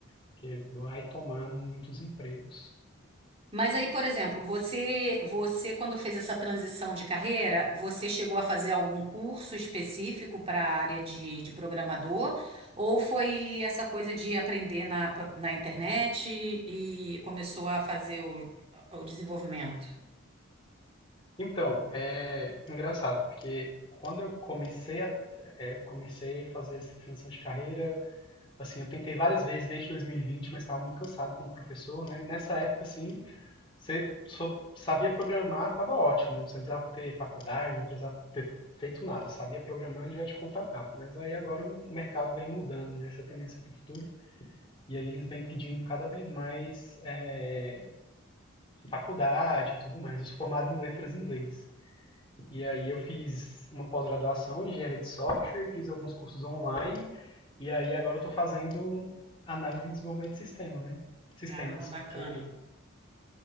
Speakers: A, on the left; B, on the right.
A: porque vai tomar muitos empregos.
B: Mas aí, por exemplo, você, você quando fez essa transição de carreira, você chegou a fazer algum curso específico para a área de, de programador? Ou foi essa coisa de aprender na, na internet e começou a fazer o, o desenvolvimento?
A: Então, é engraçado, porque quando eu comecei a é, comecei a fazer essa transição de carreira, assim, eu tentei várias vezes desde 2020, mas estava muito cansado como professor, né? E nessa época, assim, você só sabia programar, estava ótimo, você não precisava ter faculdade, não precisava ter feito nada, sabia programar, ele já te contratava. Mas aí agora o mercado vem mudando, né? Essa tendência para o futuro. E aí eles vêm pedindo cada vez mais é, faculdade e tudo mais. Eu sou formado em letras em inglês. E aí eu fiz uma pós-graduação em engenharia de software, fiz alguns cursos online, e aí agora eu estou fazendo análise e desenvolvimento de sistema, né? sistemas,
B: Ah, bacana.
A: porque